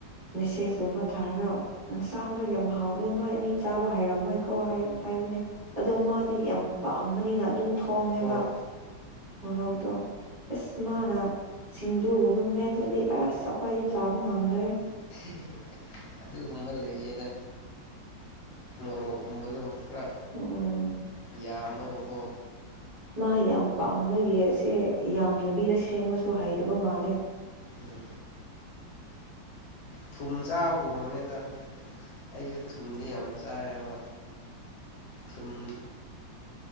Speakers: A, on the right; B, on the left.
A: ꯃꯦꯁꯦꯖꯀꯨꯝꯕ ꯊꯥꯔꯒ ꯌꯦꯟꯁꯥꯡꯗꯣ ꯌꯥꯝ ꯍꯥꯎꯕꯅꯤ ꯅꯣꯏ ꯑꯅꯤ ꯆꯥꯕ ꯍꯩꯔꯝꯃꯣꯏꯀꯣ ꯍꯥꯏꯕꯅꯦ ꯑꯗꯣ ꯃꯥꯗꯤ ꯌꯥꯝ ꯄꯥꯝꯕꯅꯤꯅ ꯑꯗꯨꯝ ꯊꯣꯡꯉꯦꯕ
B: ꯍꯣꯏ
A: ꯃꯣꯔꯣꯛꯗꯣ ꯏꯁ ꯃꯥꯅ ꯁꯤꯡꯖꯨꯒꯨꯝꯕ ꯃꯦꯠꯂꯗꯤ ꯑꯁ ꯑꯩꯈꯣꯏꯗꯤ ꯆꯥꯕ ꯉꯝꯗ꯭ꯔꯦ
B: ꯑꯗꯨ ꯑꯗꯨꯒꯨꯝꯕ ꯂꯩꯌꯦꯗ ꯃꯣꯔꯣꯛꯒꯨꯝꯕꯗ ꯈꯔ
A: ꯑꯣ ꯑꯣ
B: ꯌꯥꯝ ꯑꯃꯒꯀꯣ
A: ꯃꯥ ꯌꯥꯝ ꯄꯥꯝꯕꯒꯤꯁꯦ ꯌꯥꯝꯗꯕꯤꯗ ꯁꯦꯝꯕꯁꯨ ꯍꯩꯗꯕ ꯃꯥꯜꯂꯦ
B: ꯎꯝ ꯊꯨꯝ ꯆꯥꯕꯒꯨꯝꯕꯅꯤꯗ ꯑꯩꯁꯨ ꯊꯨꯝꯗꯤ ꯌꯥꯝ ꯆꯥꯏꯌꯦꯕ ꯊꯨꯝ